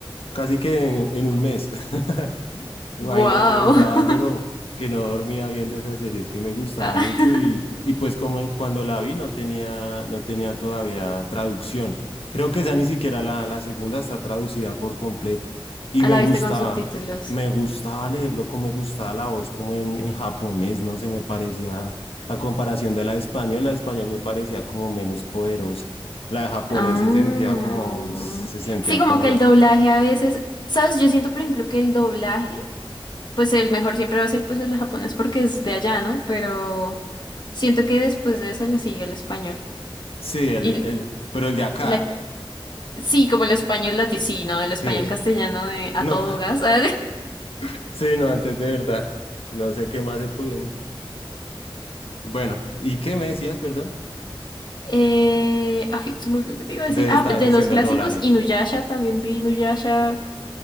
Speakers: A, on the left (about 85°); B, on the left (about 50°).
A: casi que en en un mes. <laughs> Imagínate,
B: ¡Guau!
A: estaba,
B: <laughs>
A: pero que no dormía viendo esa serie, es que me gustaba
B: Ah,
A: mucho y, y pues como en- cuando la vi no tenía, no tenía todavía traducción. Creo que esa ni siquiera la, la segunda está traducida por completo.
B: <laughs>
A: Y
B: ¿La
A: me gustaba,
B: viste con subtítulos?
A: me gustaba leerlo, como me gustaba la voz, como en, en japonés, no sé, me parecía, a comparación de la de español, la de español me parecía como menos poderosa. La de japonés
B: Ah.
A: se sentía como, se sentía
B: Sí, como
A: como
B: que
A: una,
B: el doblaje a veces, ¿sabes? Yo siento, por ejemplo, que el doblaje, pues el mejor siempre va a ser pues el japonés porque es de allá, ¿no? Pero siento que después de eso le sigue el español.
A: sí, el,
B: Y,
A: el, pero el de acá,
B: y la...
A: eh,
B: Sí, como el español latino, el
A: sí.
B: español castellano de a
A: No,
B: todo gas. <laughs>
A: <laughs> sí, no, antes de verdad. No sé qué más se pueden. Bueno, ¿y qué me decías, perdón?
B: Eh, ay, se me olvidó que te iba a
A: De
B: decir. Ah,
A: estar
B: de
A: diciendo
B: los clásicos,
A: el doblaje.
B: Inuyasha, también vi Inuyasha